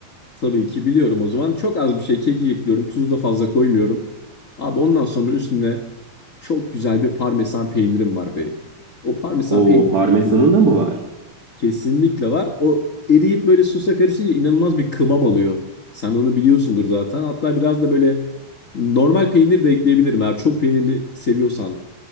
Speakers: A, on the left (about 30°); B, on the right (about 25°).
A: Tabii ki biliyorum o zaman. Çok az bir şey kekik ekliyorum. Tuz da fazla koymuyorum. Abi ondan sonra üstüne çok güzel bir parmesan peynirim var benim. O parmesan
B: O
A: peyniri de
B: parmesanın
A: ekleyeceğim.
B: da mı var?
A: kesinlikle var. O eriyip böyle sosa karışınca inanılmaz bir kıvam alıyor. Sen onu biliyorsundur zaten. Hatta biraz da böyle normal peynir de ekleyebilirim eğer çok peynirli seviyorsan.